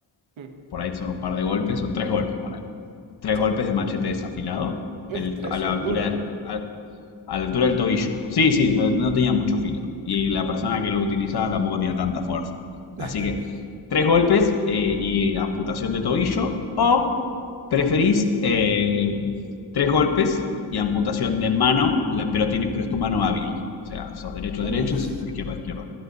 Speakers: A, on the right; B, on the left.
A: mm,
B: Por ahí son un par de golpes, son tres golpes, ponele. Tres
A: sí.
B: golpes de machete desafilado,
A: Los
B: el-
A: tres
B: a
A: son
B: la altura,
A: duros, sí.
B: a la altura del tobillo. Sí, sí, pero no tenía mucho filo. Y la persona que lo utilizaba tampoco tenía tanta fuerza.
A: <laughs>
B: Así que tres golpes eh, y amputación de tobillo. O preferís eh, tres golpes y amputación de mano, la- pero, tiene, pero es tu mano hábil. O sea, sos derecho, derecho,
A: Uf,
B: y tu izquierda, izquierda.